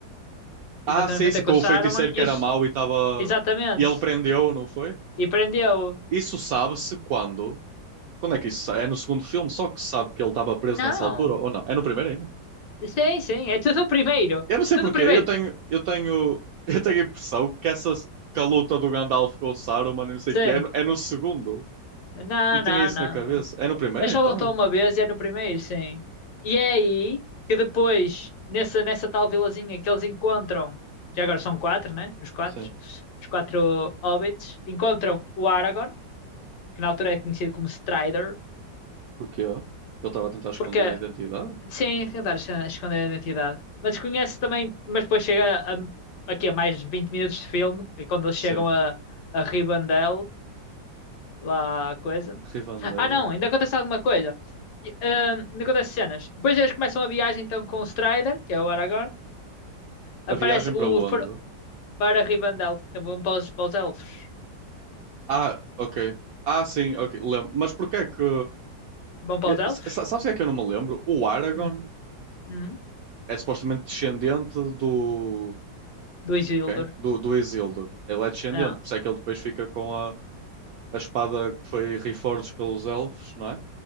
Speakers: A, on the left; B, on the right.
A: Exatamente,
B: Ah, sim,
A: foi
B: se
A: ter
B: com
A: com o Saruman
B: o feiticeiro que
A: e
B: era
A: o... S-
B: mau e estava.
A: Exatamente.
B: E ele prendeu, não foi?
A: E prendeu.
B: Isso sabe-se quando. Quando é que isso? sa- É no segundo filme, só que se sabe que ele estava preso
A: Não.
B: nessa altura ou não? É no primeiro ainda?
A: Sim, sim, é tudo o primeiro.
B: Eu não sei
A: Tudo
B: porquê,
A: o primeiro.
B: eu tenho, eu tenho, <laughs> eu tenho a impressão que essa que a luta do Gandalf com o Saruman e não sei
A: Sim.
B: o que é, no- é no segundo.
A: Não,
B: Eu tinha
A: não,
B: isso
A: não,
B: na cabeça.
A: não.
B: É no primeiro
A: É só
B: então?
A: lutam uma vez e é no primeiro, sim. E é aí que depois, nessa, nessa tal vilazinha que eles encontram, já agora são quatro, né? Os quatro.
B: Sim.
A: Os quatro hobbits. Encontram o Aragorn, que na altura é conhecido como Strider,
B: Porquê? Que ele estava a tentar esconder
A: porque
B: a identidade?
A: Sim, tentar esconder esconder a identidade. Mas conhece também, mas depois chega a, aqui a mais 20 minutos de filme, que é quando eles
B: Sim.
A: chegam a, a Rivendell, lá a coisa.
B: Rivendell.
A: Ah não, ainda acontece alguma coisa. E, ahm, ainda acontece cenas. Depois eles começam a viagem então com o Strider, que é o Aragorn. Aparece
B: A viagem para
A: o
B: onde?
A: for- para Rivendell, que vão para os, para os elfos.
B: Ah, ok. Ah, sim, ok. Lembro. Mas porquê é que
A: Vão para
B: Eu-
A: os elfos?
B: s- Sabes o que é que eu não me lembro? O Aragorn
A: Hum, hum,
B: é supostamente descendente do.
A: do Isildur.
B: De quem? Do, do Isildur. Ele é descendente,
A: Ah,
B: por isso é que ele depois fica com a, a espada que foi reforged pelos elfos, não é?